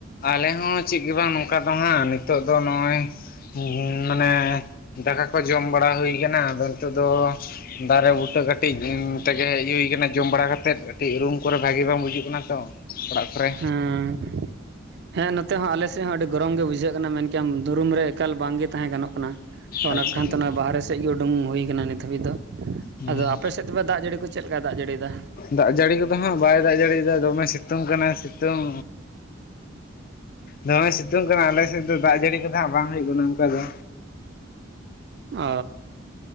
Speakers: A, on the left; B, on the right.
A: ᱟᱞᱮ ᱦᱚᱸ ᱪᱮᱫ ᱜᱮ ᱵᱟᱝ ᱱᱚᱝᱠᱟ ᱫᱚ ᱦᱟᱸᱜ ᱱᱤᱛᱚᱜ ᱫᱚ ᱱᱚᱜᱼᱚᱭ <unintelligible> ᱢᱟᱱᱮ ᱫᱟᱠᱟ ᱠᱚ ᱡᱚᱢ ᱵᱟᱲᱟ ᱦᱩᱭ ᱠᱟᱱᱟ ᱟᱫᱚ ᱱᱤᱛᱚᱜ ᱫᱚ ᱫᱟᱨᱮ ᱵᱩᱴᱟᱹ ᱠᱟᱹᱴᱤᱡ ᱩ ᱛᱮᱜᱮ ᱦᱮᱡ ᱦᱩᱭ ᱠᱟᱱᱟ ᱡᱚᱢ ᱵᱟᱲᱟ ᱠᱟᱛᱮᱫ ᱠᱟᱹᱴᱤᱡ ᱨᱩᱢ ᱠᱚᱨᱮ ᱵᱷᱟᱜᱤ ᱵᱟᱝ ᱵᱩᱡᱩᱜ ᱠᱟᱱᱟ ᱛᱚ ᱚᱲᱟᱜ ᱠᱚᱨᱮ
B: ᱩᱸ ᱦᱮᱸ ᱱᱚᱛᱮ ᱦᱚᱸ ᱟᱞᱮᱥᱮᱫ ᱦᱚᱸ ᱟᱹᱰᱤ ᱜᱚᱨᱚᱢ ᱜᱮ ᱵᱩᱡᱷᱟᱹᱜ ᱠᱟᱱᱟ ᱢᱮᱱ ᱠᱮᱭᱟᱢ ᱫᱩᱨᱩᱢ ᱨᱮ ᱮᱠᱟᱞ ᱵᱟᱝᱜᱮ ᱛᱟᱦᱮᱸ ᱜᱟᱱᱚᱜ ᱠᱟᱱᱟ᱾ ᱛᱚ ᱚᱱᱟ
A: ᱟᱪᱪᱷᱟ
B: ᱠᱚ ᱠᱷᱟᱱᱛᱮ
A: ᱟᱪᱪᱷᱟ
B: ᱱᱚ-ᱚᱭ ᱵᱟᱦᱨᱮ ᱥᱮᱫ ᱜᱮ ᱩᱰᱩᱝ ᱦᱩᱭ ᱠᱟᱱᱟ ᱱᱤᱛ ᱦᱟᱹᱵᱤᱡ ᱫᱚ᱾
A: ᱦᱩᱸ
B: ᱟᱫᱚ ᱟᱯᱮ ᱥᱮᱫ ᱛᱚᱵᱮ ᱫᱟᱜ ᱡᱟᱹᱲᱤ ᱠᱚ ᱪᱮᱫ ᱞᱮᱠᱟᱭ ᱫᱟᱜ ᱡᱟᱹᱲᱤᱭᱮᱫᱟ?
A: ᱫᱟᱜ ᱡᱟᱹᱲᱤ ᱠᱚᱫᱚ ᱦᱟᱸᱜ ᱵᱟᱭ ᱫᱟᱜ ᱡᱟᱹᱲᱤᱭᱮᱫᱟ ᱫᱚᱢᱮ ᱥᱤᱛᱩᱝ ᱠᱟᱱᱟᱭ ᱥᱤᱛᱩᱝ ᱫᱚᱢᱮ ᱥᱤᱛᱩᱝ ᱠᱟᱱᱟ ᱟᱞᱮ ᱥᱮᱫ ᱫᱚ ᱫᱟᱜ ᱡᱟᱹᱲᱤ ᱠᱚᱫᱚ ᱦᱟᱸᱜ ᱵᱟᱝ ᱦᱩᱭᱩᱜ ᱠᱟᱱᱟ ᱚᱱᱠᱟ ᱫᱚ᱾
B: ᱚ